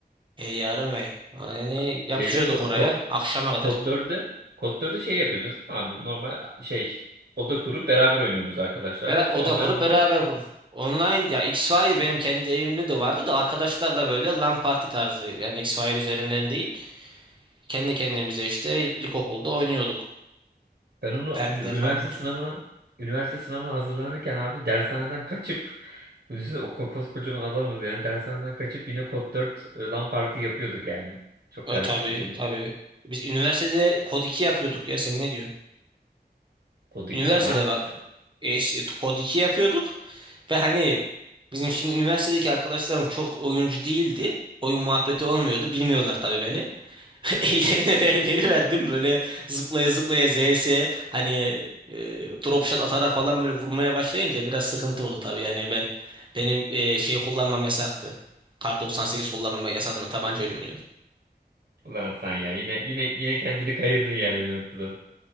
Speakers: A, on the right (about 30°); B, on the right (about 60°).
A: E yarım ay Yani yapışıyorduk
B: Şeyde ko
A: oraya
B: ko
A: akşama kadar.
B: Kod 4'de Kod 4'de şey yapıyordunuz değil mi abi? Normal şey oda kurup beraber oynuyordunuz arkadaşlarla
A: Ve
B: yoksa
A: oda
B: online
A: kurup
B: mi online?
A: beraber ku- online ya X-Fire benim kendi evimde de vardı da arkadaşlarla böyle LAN parti tarzı yani X-Fire üzerinden değil. Kendi kendimize işte ilkokulda oynuyorduk.
B: Ben onu
A: Perkler
B: ün- üniversite
A: falan açıyorduk.
B: sınavına üniversite sınavına hazırlanırken abi dershaneden kaçıp düşünsene o ko- koskocaman adamız yani dershaneden kaçıp yine kod 4 e, LAN parti yapıyorduk yani. Çok
A: E
B: garip
A: tabii
B: bir şekilde.
A: tabii. Biz üniversitede kod 2 yapıyorduk ya sen ne diyorsun?
B: Kod
A: Üniversitede
B: 2 de ama haydi
A: bak.
B: canım.
A: E, işte kod 2 yapıyorduk ve hani bizim şimdi üniversitedeki arkadaşlarım çok oyuncu değildi. Oyun muhabbeti olmuyordu. Bilmiyorlar tabii beni. <laughs> Ellerine ver, veriverdim böyle zıplaya zıplaya ZS hani e, drop shot atarak falan böyle vurmaya başlayınca biraz sıkıntı oldu tabii. Yani ben benim e, şey kullanmam yasaktı. Kar 98 kullanmam yasaktı. Ben tabancayla oynuyordum.
B: Ulan Hasan ya yine yine yine kendini kayırdın yani bir noktadan.